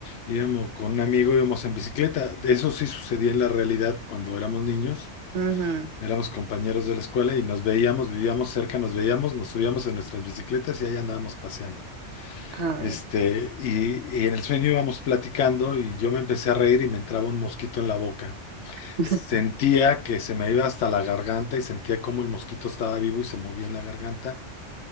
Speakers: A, on the left; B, on the right.
A: íbamos con un amigo, íbamos en bicicleta. Eso sí sucedía en la realidad cuando éramos niños,
B: Ujú,
A: éramos compañeros de la escuela y nos veíamos, vivíamos cerca, nos veíamos, nos subíamos en nuestras bicicletas y ahí andábamos paseando.
B: a ver,
A: Este, y, y en el sueño íbamos platicando y yo me empecé a reír y me entraba un mosquito en la boca.
B: <laughs>
A: Sentía que se me iba hasta la garganta y sentía como el mosquito estaba vivo y se movía en la garganta.